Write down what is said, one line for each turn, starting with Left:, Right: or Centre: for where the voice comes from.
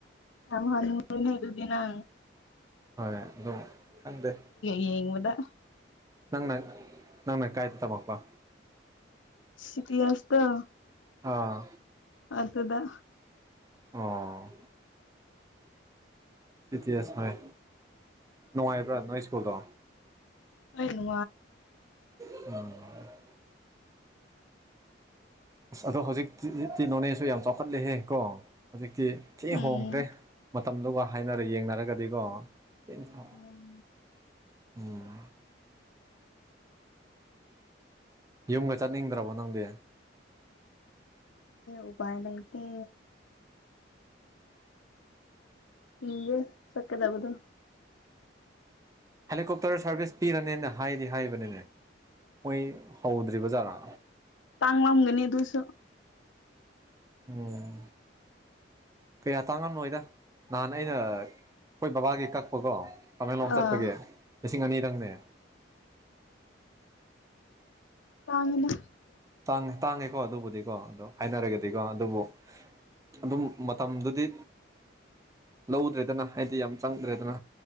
Left: ꯌꯥꯝ ꯍꯟꯅꯦ ꯑꯗꯨꯗꯅ
Right: ꯍꯣꯏ ꯑꯗꯨꯝ ꯈꯪꯗꯦ
Left: ꯌꯦꯡꯕꯗ
Right: ꯅꯪꯅ ꯅꯪꯅ ꯀꯥꯏꯇ ꯇꯃꯄꯥ
Left: ꯁꯤꯇꯤꯌꯥꯥꯁꯇ
Right: ꯑꯥ
Left: ꯑꯗꯨ ꯑꯗꯨꯗ
Right: ꯑꯣ ꯁꯤ ꯇꯤ ꯑꯦꯁ ꯍꯣꯏ ꯅꯨꯡꯉꯥꯏꯕ꯭ꯔꯥ ꯅꯣꯏ ꯁ꯭ꯀꯨꯜꯗꯣ
Left: ꯍꯣꯏ ꯅꯨ
Right: ꯑ ꯑꯁ ꯑꯗꯣ ꯍꯧꯖꯤꯛꯇꯤꯤ ꯅꯣꯅꯦꯁꯨ ꯌꯥꯝ ꯆꯥꯎꯈꯠꯂꯦꯍꯦ ꯀꯣ ꯍꯧꯖꯤꯛꯇꯤ ꯊꯤ
Left: ꯎꯝ
Right: ꯍꯣꯡꯈ꯭ꯔꯦ ꯃꯇꯝꯗꯨꯒ ꯍꯥꯏꯅꯔ ꯌꯦꯡꯅꯔꯒꯗꯤꯀꯣ ꯆ
Left: ꯎꯝ
Right: ꯎꯝ ꯌꯨꯝꯒ ꯆꯠꯅꯤꯡꯗ꯭ꯔꯕꯣ ꯅꯪꯗꯤ
Left: ꯎꯕꯥꯏ ꯅꯠꯇ ꯍꯒ ꯁꯀ ꯇꯕꯗ
Right: ꯍꯦꯂꯤꯀꯣꯞꯇꯔ ꯁꯥꯔꯚꯤꯁ ꯄꯤꯔꯅꯦꯅ ꯍꯥꯏꯗꯤ ꯍꯥꯏꯕꯅꯤꯅꯦ ꯃꯣꯏ ꯍꯧꯗ꯭ꯔꯤꯕ ꯖꯥꯔꯥ
Left: ꯇꯥꯡꯂꯝꯝꯒꯅꯤ ꯑꯗꯨꯁꯨ
Right: ꯎꯝ ꯀꯌꯥ ꯇꯥꯡꯉꯝꯅꯣꯏꯗ ꯅꯍꯥꯟ ꯑꯩꯅ ꯑꯩꯈꯣꯏ ꯕꯕꯥꯒꯤ ꯀꯛꯄꯒꯣ ꯇꯃꯦꯡꯂꯣꯡ
Left: ꯑꯥ
Right: ꯆꯠꯄꯒꯤꯦ ꯂꯤꯁꯤꯡ ꯑꯅꯤꯗꯪꯅꯦ
Left: ꯇꯥꯡꯉꯅ
Right: ꯇꯥꯡꯉ ꯇꯥꯡꯉꯦꯀꯣ ꯑꯗꯨꯕꯨꯗꯤꯀꯣ ꯑꯗꯣ ꯍꯥꯏꯅꯔꯒꯗꯤꯀꯣ ꯑꯗꯨꯕꯨ ꯑꯗꯨꯝ ꯃꯇꯝꯗꯨꯗꯤ ꯂꯧꯗ꯭ꯔꯦꯗꯅ ꯍꯥꯏꯗꯤ ꯌꯥꯝ ꯆꯪꯗ꯭ꯔꯦꯗꯅ